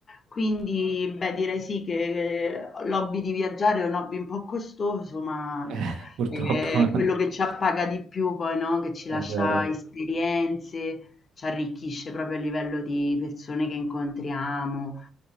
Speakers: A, on the left; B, on the right.
A: Quindi, beh, direi sì che l'hobby di viaggiare è un hobby un po' costoso, ma
B: Eh, purtroppo,
A: è quello
B: <laughs>
A: che ci appaga di più poi, no? Che ci
B: è
A: lascia
B: vero.
A: esperienze, ci arricchisce proprio a livello di persone che incontriamo,